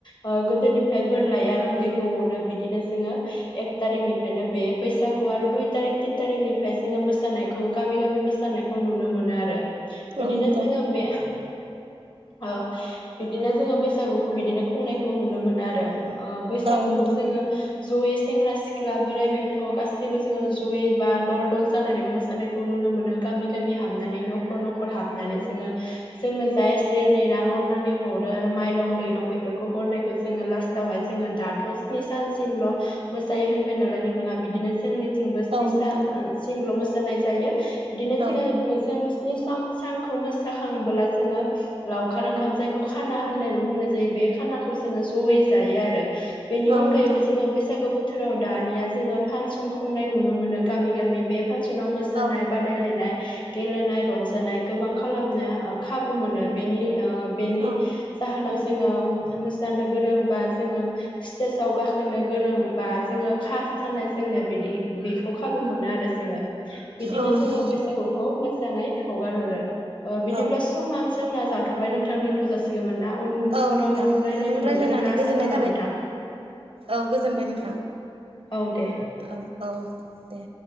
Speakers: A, on the left (about 55°); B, on the right (about 75°).
A: ओ गोदोनिफ्राय बोर लायो आरो उन्दैखौ अनो बिदिनो जोङो एक थारिकनिफ्रायनो बे बैसागु आरो दुइ तारिख तिन थारिकनिफ्राय जोङो मोसानाय खौ गामि गामि मोसानायखौ नुनो मोनो आरो बिदिनो
B: औ नोंथां
A: जोङो बे ओ बिदिनो जोङो बैसागुखौ बिदिनो खुंनायखौ नुनो मोनो आरो ओ बैसागुखौ
B: औ नोंथां
A: जोङो जयै सेंग्रा सिख्ला बोराय बेंथ' गासैबो जोङो जयै बा दल दल जानानैबो मो सानायखौ नुनो मोनो गामि गामि हाबनानै न'खर न'खर हाबनानै जोङो जोंनो जा एसे एनै रां अननानै हरो आरो माइरं दैरं बेफोरखौ हरनायखौ जोङो लास <unintelligible> जोङो दाथ' स्नि सानसिमल' मोसायो होनबाय नालाय नोंथाङा बिदिनो जोंनि <unintelligible> बो स्नि
B: औ नोंथां
A: स सिमल' मोसानाय जायो बिदिनो
B: औ
A: जोङो जों स्नि सान सानखौ मोसाखांबोला जोङो लावखार ओंखाम जायखौ खाना होननायबो बुंनाय जायो बे खानाखौ जोङो जयै जायो आरो बेनि
B: औ
A: अनगैबो
B: नोंथां
A: जोङो बैसागो बोथ बोथोराव दानिया जोङो फांसन खुंनाय नुनो मोनो गामि गामि बे फांसनाव मोसानाय
B: औ
A: बा बायनाय गेलेनाय रंजानाय गोबां खालामनो खाबु मोनो बेनि बेनि
B: औ
A: जाहोनाव जोङो मोसानो गोरों बा जोङो स्टेजाव गाखोनो गोरोंबा जोङो खा थानाय जोंनाय बिदि बेखौ खाबु मोनो आरो जोङो बिदिनो
B: औ नोंथां
A: जोङो बैसागुखौ मोजाङै हगार हरो ओ बिदिब्ला
B: औ
A: समा जोंना जाथ'बाय नोंथां दोन्थ'जासि <unintelligible> ना उ
B: औ
A: उनाव
B: नोंथां नोंथांजों
A: रायज्लायनो
B: रायज्लायनानै
A: मोनगोन होनना
B: गोजोननाय
A: आसा थाबाय नोंथां
B: औ गोजोनबाय नोंथां
A: औ दे।
B: औ औ। दे